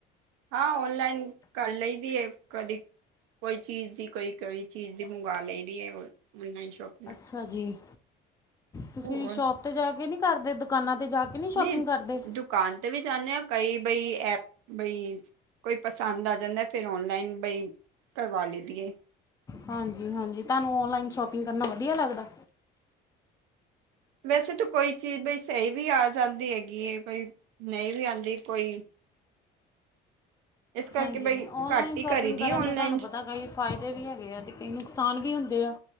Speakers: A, on the right; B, on the left.
A: ਹਾਂ, ਔਨਲਾਈਨ ਕਰ ਲਈ ਦੀ ਏ ਕਦੀ ਕੋਈ ਚੀਜ਼ ਦੀ ਕੋਈ ਕੋਈ ਚੀਜ਼ ਦੀ ਮੰਗਵਾ ਲਈ ਦੀ ਏ ਔ ਔਨਲਾਈਨ ਸ਼ੋਪਿੰ
B: ਅੱਛਾ ਜੀ, ਤੁਸੀਂ
A: ਹੋਰ
B: ਵੀ ਸ਼ੋਪ ਤੇ ਜਾ ਕੇ ਨੀ ਕਰਦੇ ਦੁਕਾਨਾਂ ਤੇ ਜਾ ਕੇ ਨਹੀਂ ਸ਼ੋਪਿੰਗ
A: ਨੀ
B: ਕਰਦੇ?
A: ਦੁਕਾਨ ਤੇ ਵੀ ਜਾਂਦੇ ਆਂ, ਕਈ ਬਈ ਐ ਬਈ ਕੋਈ ਪਸੰਦ ਆ ਜਾਂਦਾ ਫੇਰ ਔਨਲਾਈਨ ਬਈ ਕਰਵਾ ਲੀ ਦੀ ਏ।
B: ਹਾਂਜੀ-ਹਾਂਜੀ, ਤਾਨੂੰ ਔਨਲਾਈਨ ਸ਼ੋਪਿੰਗ ਕਰਨਾ ਵਧੀਆ ਲੱਗਦਾ?
A: ਵੈਸੇ ਤੇ ਕੋਈ ਚੀਜ਼ ਬਈ ਸਹੀ ਵੀ ਆ ਜਾਂਦੀ ਹੈਗੀ ਏ ਕੋਈ ਨਈ ਵੀ ਆੰਦੀ ਕੋਈ ਇਸ ਕਰਕੇ
B: ਹਾਂਜੀ,
A: ਬਈ
B: ਔਨਲਾਈਨ
A: ਘੱਟ
B: ਸ਼ੋਪਿੰਗ
A: ਹੀ ਕਰੀ
B: ਕਰਨ
A: ਦੀ ਔਨਲਾਈਨ
B: ਦੇ ਤਾਨੂੰ ਪਤਾ ਕਈ ਫਾਇਦੇ ਵੀ ਹੈਗੇ ਐ ਤੇ ਕਈ ਨੁਕਸਾਨ ਵੀ ਹੁੰਦੇ ਆ।